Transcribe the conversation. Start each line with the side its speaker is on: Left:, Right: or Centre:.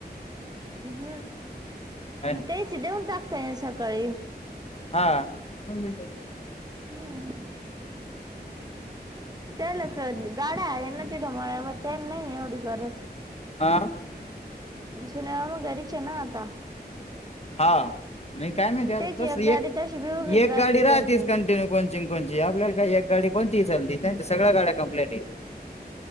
Right: अह, आणि
Left: ना
Right: त्याची देऊन टाक त्याला सकाळी. कळे.
Left: हा दोन मिनिटात येतो.
Right: हम्म. त्याला काय गाड्या आहे ना, तिथ मळ्यामध्ये नाही एवढी गरज.
Left: आ.
Right: जुलै ना मूळ घरीच आहे ना आता.
Left: हा आणि काय माहिती आरं
Right: त्याची
Left: तसली,
Right: गाडी
Left: एक,
Right: तशी बी उभीच
Left: एक
Right: राहते
Left: गाडी राहतीच
Right: कोणती.
Left: कंटिन्यू कोणची ना कोणची आपल्याला काय एक गाडी कोणती हि. चालती काय आता सगळ्या गाड्या कंप्लीट आहे.